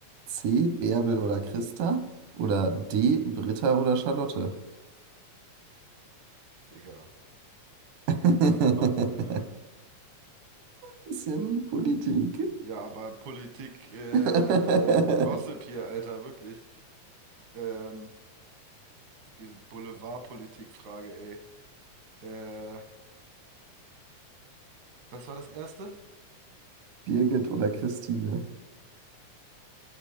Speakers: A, on the right (about 85°); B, on the right (about 65°).
A: C. Bärbel oder Christa oder D. Britta oder Charlotte.
B: Digga.
A: <laughs>
B: Fuck, Alter.
A: Bisschen Politik.
B: Ja, aber Politik, äh,
A: <laughs>
B: äh, Gossip hier, Alter, wirklich. Ähm. diese Boulevardpolitik-Frage, ey. Äh, was war das erste?
A: Birgit oder Christine?